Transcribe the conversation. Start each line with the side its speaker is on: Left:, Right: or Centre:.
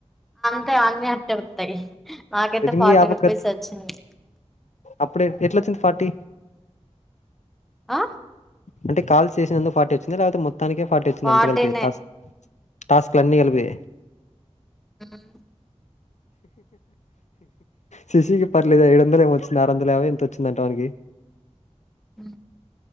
Centre: ఇంకా అన్నీ అట్ట ఒత్తయి మాకైతే
Left: రింగి
Centre: ఫార్టీ
Left: ఆ పక్క
Centre: రూపీస్ వచ్చింది.
Left: అప్పుడే ఎట్లోచ్చింది ఫార్టీ
Centre: ఆ
Left: అంటే కాల్స్ చేసినందుకు ఫార్టీ వచ్చిందా. లేపోతే మొత్తానికే ఫార్టీ వచ్చిందా,
Centre: ఫార్టీనే
Left: అంత కలిపి. టాస్ టాస్క్లన్నీ కలిపి
Centre: ఉమ్
Left: శశికి పర్లేదు. ఏడు వందలు ఏమో వచ్చింది. ఆరు వందలు యాబై ఎంతో వచ్చిందంట వనీకి.
Centre: ఉహ్